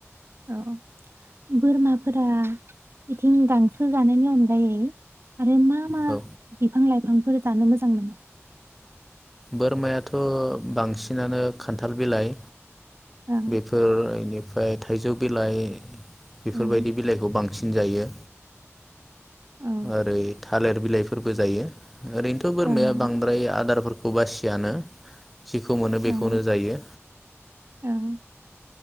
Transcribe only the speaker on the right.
औ बोरमाफोरा बिथिं गांसो जानायनि अनगायै आरो मा
फां लाइफांफोर जानो मोजां मोनो?
ओं
ओं
औ
ओं
ओं
ओं